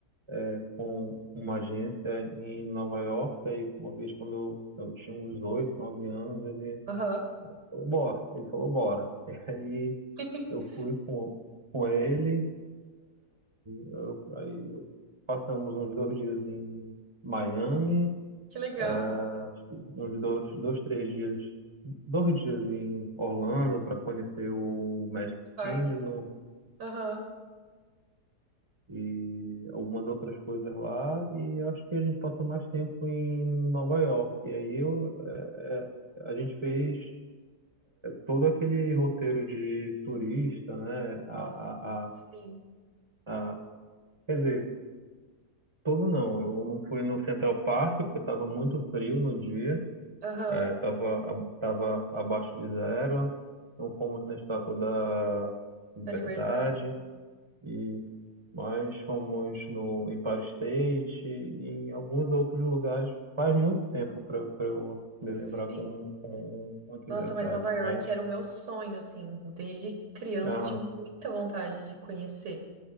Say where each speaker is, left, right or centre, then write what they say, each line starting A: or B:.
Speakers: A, on the right; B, on the right.
A: eh, com uma agência em Nova York, e uma vez quando eu, eu tinha uns oito, nove anos, ele
B: aham.
A: falou, bora, ele falou, bora. <laughs> E aí
B: <laughs>
A: eu fui com, com ele, eu, aí eu- passamos uns dois dias em Miami,
B: Que legal.
A: eh, acho que uns dois, dois, três dias, dois dias em Orlando para conhecer o Magic
B: Parques.
A: Kingdom,
B: Aham.
A: e algumas outras coisas lá. E acho que a gente passou mais tempo em Nova York. E aí eu, eh, eh, a gente fez todo aquele roteiro de turista, né?
B: Nossa.
A: A, a, a,
B: Sim.
A: a- quer dizer, todo não. Eu não fui no Central Park porque estava muito frio no dia,
B: Aham.
A: eh, tava, a- tava abaixo de zero. Não fomos na Estátua da Liberdade.
B: Da Liberdade.
A: E nós fomos no Empire State e em alguns outros lugares. Faz muito tempo para eu me lembrar
B: Sim.
A: com, com muitos
B: Nossa,
A: detalhes,
B: mas Nova York
A: mas.
B: era o meu sonho, assim. Desde criança
A: Aham,
B: eu tinha muita vontade de conhecer.